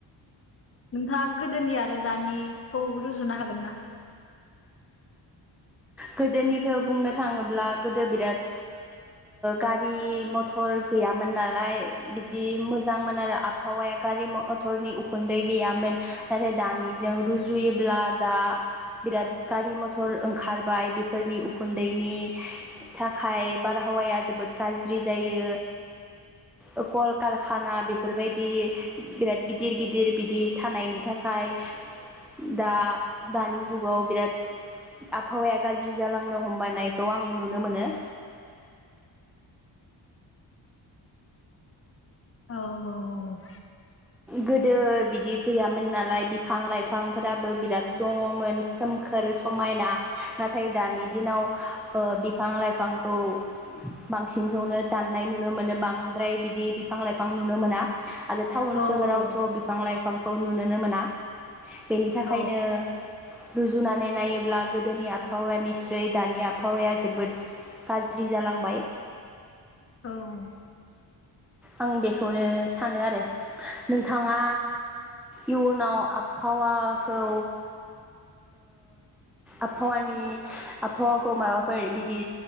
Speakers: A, on the left; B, in the centre.
A: नोंथाङा गोदोनि आरो दानिखौ रुजुनो हागोन ना
B: गोदोनिखौ बुंनो थाङोब्ला गोदो बिराद गारि मथर गैयामोन नालाय बिदि मोजांमोन आरो आबहावाया आबहावाया गारि मथरनि उखुन्दै गैयामोन नाथाय दानिजों रुजुयोब्ला दा बिराद गारि मथर ओंखारबाय बेफोरनि उखुन्दैनि थाखाय बारहावाया जोबोद गाज्रि जायो ओ कलकारखाना बेफोरबायदि बिराद गिदिर गिदिर बिदि थानायनि थाखाय दा दानि जुगाव बिराद आबहावाया गाज्रि जालांनो हमबायनायखौ आं नुनो मोनो
A: औ औ औ
B: गोदो बिदि गैयामोन नालाय बिफां लाइफांफोराबो बिराद दङमोन सोमखोर समायना नाथाय दानि दिनाव बिफां लाइफांखौ बांसिनखौनो दान्नाय नुनो मोनो बांद्राय बिदि बिफां लाइफां नुनो मोना आरो थाव
A: औ
B: सोहोरावथ'
A: औ
B: बिफां लाइफांखौ नुनोनो मोना बेनि थाखायनो
A: औ
B: रुजुनानै नायोब्ला गोदोनि आबहावा निफ्राय‌ दानि आबहावाया जोबोद गाज्रि जालांबाय
A: औ
B: आं बेखौनो सानो आरो नोंथाङा इयुनाव आबहावाखौ आबहावानि आबहावाखौ माबाफोर बिदि